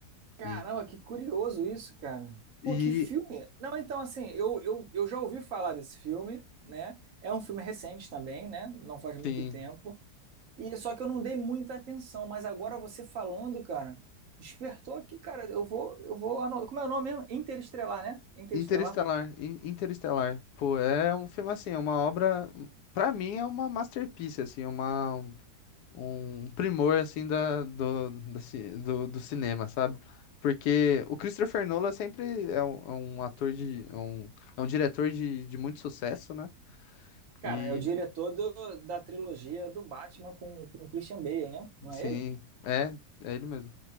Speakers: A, on the right; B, on the left.
A: Caramba,
B: E,
A: que curioso isso, cara.
B: e
A: Pô, que filme. Não, então, assim, eu, eu, eu já ouvi falar desse filme, né? É um filme recente também, né? Não faz muito
B: sim,
A: tempo. E só que eu não dei muita atenção, mas agora você falando, cara, despertou aqui, cara. Eu vou, eu vou. ano- Como é o nome mesmo? Interestelar, né? Interestelar.
B: Interestelar, In- Interestelar, pô, é um filme assim, é uma obra, pra mim é uma masterpiece, assim, uma um primor assim da do, da ci- do, do cinema, sabe? Porque o Christopher Nolan sempre é um, é um ator de é um, é um diretor de, de muito sucesso, né?
A: Cara,
B: E
A: é o diretor do- da trilogia do Batman com, com o Christian Bale, né? Não
B: sim,
A: é ele?
B: é, é ele mesmo.